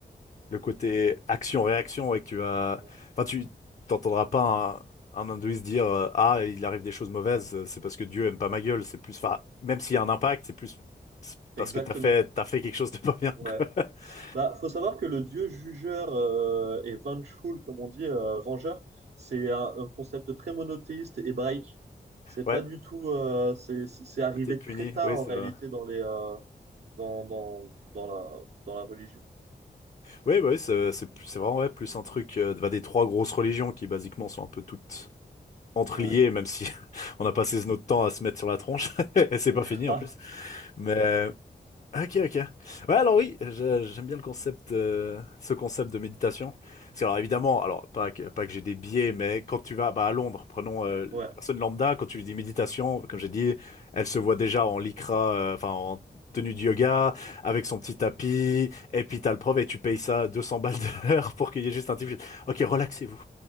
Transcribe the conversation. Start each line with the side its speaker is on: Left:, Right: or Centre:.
Left: le côté action-réaction et que tu vas,
Right: Ouais.
Left: enfin, tu t'entendras pas un, un hindouiste dire euh, ah il arrive des choses mauvaises, euh, c'est parce que Dieu aime pas ma gueule. C'est plus, enfin, même s'il y a un impact, c'est plus c'est parce
Right: Exactement.
Left: que t'as fait t'as fait quelque chose de pas bien
Right: Ouais.
Left: quoi. <laughs>
Right: Bah, faut savoir que le dieu jugeur euh, et vengeful, comme on dit, euh, vengeur, c'est un, un concept très monothéiste et hébraïque. C'est
Left: Ouais.
Right: pas du tout, euh, c'est c'est- c'est arrivé
Left: Ou t'es puni,
Right: très tard
Left: oui,
Right: en
Left: c'est
Right: réalité
Left: vrai.
Right: dans les euh, dans dans dans la dans la religion.
Left: Oui, bah oui, c'est c'est plus- c'est vraiment ouais, plus un truc euh, bah, des trois grosses religions qui basiquement sont un peu toutes entreliées,
Right: Ouais,
Left: même si <laughs> on a passé notre temps à se mettre sur la tronche <laughs> et c'est
Right: <laughs>
Left: pas fini
Right: grave.
Left: en plus. Mais Ok, ok. Ouais, alors oui, je- j'aime bien le concept, euh, ce concept de méditation. Parce que, alors évidemment, alors pas que, pas que j'ai des biais, mais quand tu vas bah, à Londres, prenons euh,
Right: Ouais.
Left: personne lambda, quand tu lui dis méditation, comme j'ai dit, elle se voit déjà en lycra, euh, enfin en tenue de yoga, avec son petit tapis, et puis t'as le prof et tu payes ça 200 balles de l'heure pour qu'il y ait juste un type. Ok, relaxez-vous.